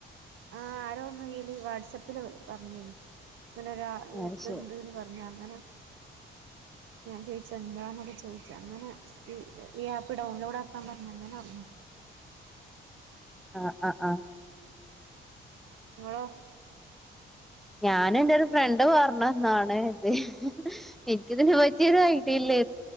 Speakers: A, on the right; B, in the centre.
A: ആഹ് ആരോ ഒന്നുല് വാട്സപ്പില് പറഞ്ഞി ഇങ്ങനൊരാള് ആത്
B: ആ ശരി
A: ഇത്ണ്ട്ന്ന് പറഞ്ഞ അങ്ങനെ ഞാൻ ചോയിച്ച് എന്താന്നൊക്കെ ചോദിച്ച അങ്ങനെ ഈ ഈ ആപ്പ് ഡൗൺലോഡ് ആക്കാ പറഞ്ഞ് അങ്ങനെ അറിഞ്ഞു
B: ആഹ് ആഹ് ആഹ്
A: വളോ
B: ഞാൻ എന്റെ ഒരു ഫ്രണ്ട് പറഞ്ഞന്നാണ് ഇത് എനിക്കതിനന് പറ്റിയൊരു ഐഡിയയില്ലേ